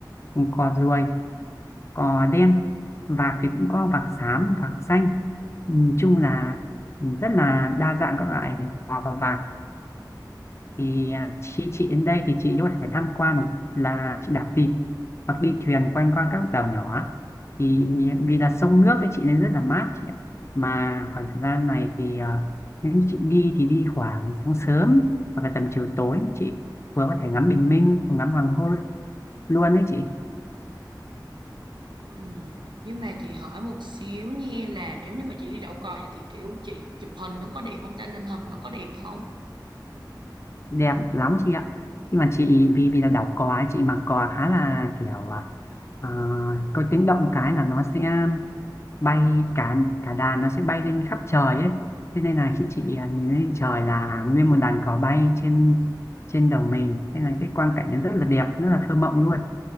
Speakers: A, on the left; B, on the right.
A: cò ruồi cò đen vạc thì cũng có vạc xám vạc xanh nhìn chung là rất là đa dạng các loại cò và vạc thì à, khi chị đến đây thì chị có thể tham quan một là chị đạp vịt hoặc đi thuyền quanh quanh các đảo nhỏ thì vì là sông nước ấy chị nên rất là mát chị ạ mà khoảng thời gian này thì à, nếu như chị đi thì đi khoảng sáng sớm hoặc là tầm chiều tối chị vừa có thể ngắm bình minh ngắm hoàng hôn luôn đấy chị
B: ừ. nhưng mà chị hỏi một xíu nha là nếu như mà chị đi đậu cò vậy thì kiểu chị chụp hình nó có đẹp không ta lên hình nó có đẹp không
A: đẹp lắm chị ạ nhưng mà chị vì vì là đảo cò ấy, chị mặc cò khá là kiểu à, ờ, có tiếng động cái là nó sẽ bay cả cả đàn nó sẽ bay lên khắp trời ấy thế nên là khi chị à, nhìn lên trời là nguyên một đàn cò bay trên trên đầu mình thế này cái quang cảnh nó rất là đẹp rất là thơ mộng luôn